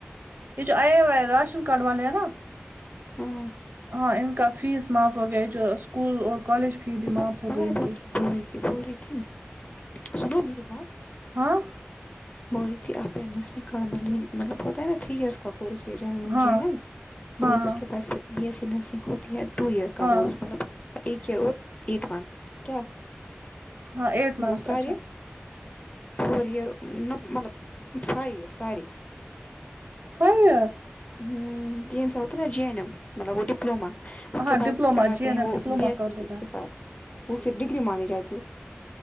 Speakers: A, on the right (about 50°); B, on the left (about 30°).
A: یہ جو آیا وا ہے راشن کارڈ والے ہیں نا
B: ھمم
A: ہاں ان کا فیس معاف ہو گیا جو اسکول اور کالج فی بھی
B: پتہ
A: معاف
B: پتا
A: ہو گئی
B: ہے
A: ان کی
B: بول رہی تھی بول رہی تھی سنو میرے بات
A: ہاں
B: بول ری تھی آپ نے نرسنگ کا مطلب مطلب ہوتا تھری ایئر کا کورس یہ جو مجھے
A: ہاں
B: ہے نہ بول
A: ہاں
B: تو اس کے بعد پھر بی ایس سی نرسنگ ہوتی ہے ٹو ایئر کا
A: ہاں
B: کورس مطلب ایک ایئر اور وائیٹ منٹس کیا
A: ہاں ایٹ منتھس
B: ملب سارے
A: اچھا
B: فور ایئیر مل five year sorry
A: five year
B: ہم جینز ہوتے ہیں نا جی این ایم مطلب وہ ڈپلومہ اس
A: ہاں
B: کے بعد
A: ڈپلوما
B: کراتے
A: جی این
B: ہیں
A: ایم
B: وہ
A: diploma
B: B S
A: course
B: سی
A: ہوتا
B: بھی اس
A: ہے
B: کے ساتھ وہ پھر ڈگری مانی جاتی ہے